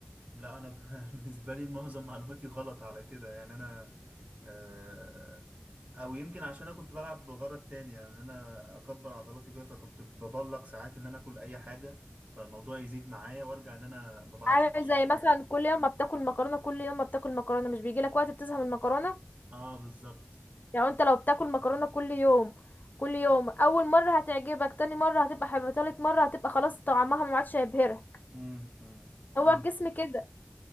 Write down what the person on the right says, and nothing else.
لا انا <laughs> بالنسبه لي معظم معلوماتي غلط على كده يعني انا آه، او يمكن عشان انا كنت بلعب بغرض تاني يعني ان انا اكبر عضلاتي وكده فكنت ببلق ساعات ان انا اكل اي حاجه فالموضوع يزيد معايا وارجع ان انا ما بعرفش
انشف
قوي
اه بالظبط
امم أمم.
فاهم